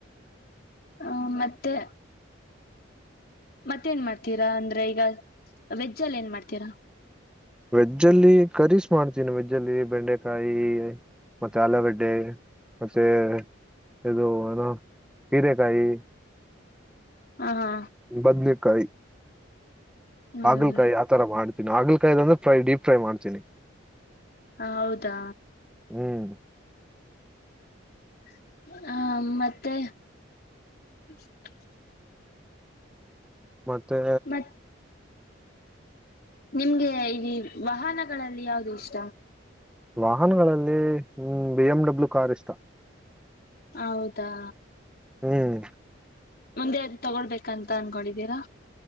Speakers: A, on the left (about 50°); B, in the centre.
A: ಹ ಮತ್ತೆ ಮತ್ತೇನ್ ಮಾಡ್ತೀರಾ ಅಂದ್ರೆ ಈಗ ವೆಜ್ಜಲ್ಲಿ ಏನ್ ಮಾಡ್ತೀರಾ
B: ವೆಜ್ ಅಲ್ಲಿ ಕರೀಸ್ ಮಾಡ್ತೀನಿ ವೆಜ್ ಅಲ್ಲಿ ಬೆಂಡೆಕಾಯಿ ಮತ್ತೆ ಆಲೂಗಡ್ಡೆ ಮತ್ತೆ ಇದು ಏನು ಹೀರೆಕಾಯಿ
A: ಹಾ ಹಾ
B: ಬದನೇಕಾಯಿ
A: ಹ್ಮ್
B: ಹಾಗಲಕಾಯಿ ಆತರ ಮಾಡ ಹಾಗಲಕಾಯಿ ಅಂದ್ರೆ ಫ್ರೈ ಡೀಪ್ ಫ್ರೈ ಮಾಡ್ತೀನಿ
A: ಹ ಹೌದಾ
B: ಹ್ಮ್
A: <inaudible>
B: ಮತ್ತೆ
A: ಮತ್ ನಿಮ್ಗೆ ಈ ವಾಹನ ಗಳಲ್ಲಿ ಯಾವ್ದು ಇಷ್ಟ
B: ವಾಹನಗಳಲ್ಲಿ ಹ್ಮ ಬಿ ಎಮ್ ಡಬ್ಲ್ಯೂ ಕಾರ್ ಇಷ್ಟ
A: ಹೌದಾ
B: ಹ್ಮ್
A: ಮುಂದೆ ಅದ್ ತಗೊಳ್ಬೇಕಂತ ಅನ್ಕೊಂಡಿದೀರಾ